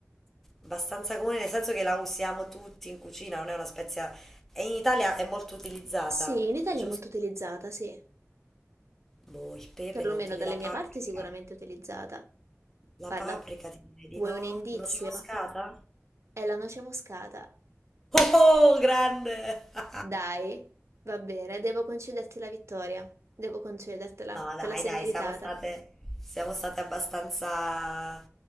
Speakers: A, in the centre; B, on the right.
A: Abbastanza comune nel senso che la usiamo tutti in cucina, non è una spezia... E in Italia è molto utilizzata,
B: Sì, in Italia
A: giusto?
B: è molto utilizzata, sì.
A: Boh, il pepe
B: Perlomeno
A: lo utilizzi,
B: dalle
A: la paprika.
B: mie parti è sicuramente utilizzata. Guarda,
A: La paprika ti direi di
B: vuoi
A: no?
B: un indizio?
A: Noce moscata?
B: È la noce moscata.
A: Oh, grande! <laughs>
B: Dai, va bene, devo concederti la vittoria. Devo concedertela,
A: No,
B: te
A: dai,
B: la sei
A: dai,
B: meritata.
A: siamo state, siamo state abbastanza,